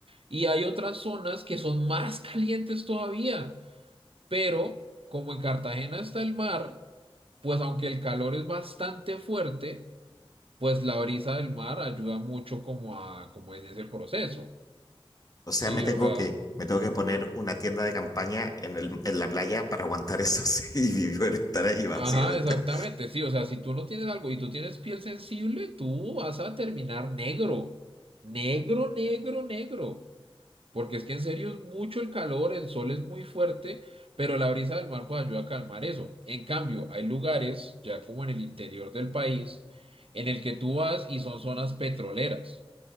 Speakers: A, on the right; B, on the left.
A: Y hay otras zonas que son más calientes todavía, pero como en Cartagena está el mar, pues aunque el calor es bastante fuerte, pues la brisa del mar ayuda mucho como a, como en ese proceso,
B: O sea,
A: ¿sí?
B: me tengo
A: O sea...
B: que, me tengo que poner una tienda de campaña en el, en la playa para aguantar eso <laughs> sí, y vivir estar ahí
A: Ajá,
B: básicamente.
A: exactamente, sí, o sea, si tú no tienes algo y tú tienes piel sensible, tú vas a terminar negro, negro, negro, negro, porque es que en serio es mucho el calor, el sol es muy fuerte, pero la brisa del mar puede ayudar a calmar eso. En cambio, hay lugares, ya como en el interior del país, en el que tú vas y son zonas petroleras.